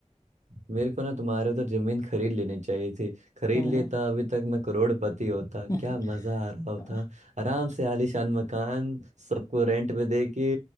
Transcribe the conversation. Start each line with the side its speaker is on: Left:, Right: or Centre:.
Right: मेरे को ना तुम्हारे उधर जमीन खरीद लेनी चाहिए थी खरीद
Left: हम्म
Right: लेता अभी तक मैं करोड़पति होता
Left: हम्म
Right: क्या मजा आ रहा होता
Left: <laughs>
Right: आराम से आलीशान मकान सबको रेंट पे दे के